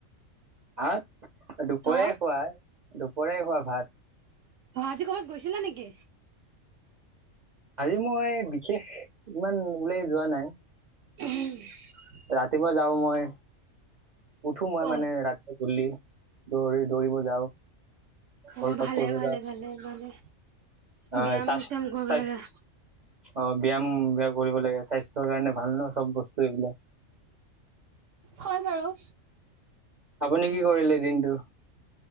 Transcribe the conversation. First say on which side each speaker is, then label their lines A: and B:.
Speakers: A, on the right; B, on the right.
A: ভাত, দুপৰিয়া
B: অ
A: খোৱা, দুপৰীয়াই খোৱা ভাত।
B: অ' আজি ক'বাত গৈছিলা নেকি?
A: আজি মই বিশেষ, ইমান ওলাই যোৱা নাই।
B: <unintelligible>
A: কেতিয়াবা যাব মই উঠো মই
B: ক'ত?
A: মানে ৰাতিপুৱা, গধূলি দৌৰি দৌৰিব যাওঁ। ৱৰ্কআউট
B: অ' ভালে,
A: কৰিব
B: ভালে,
A: যাওঁ
B: ভালে, ভালে,
A: অ
B: ব্যায়াম
A: স্বাস্থ্য
B: চ্যাম কৰিব
A: স্বাস্থ্য
B: লাগে।
A: অ' ব্যায়াম ব্যায়াম কৰিব লাগে, স্বাস্থ্যৰ কাৰণে ভাল ন চব বস্তু। এইবিলাক
B: হয় বাৰু।
A: আপুনি কি কৰিলে দিনটো?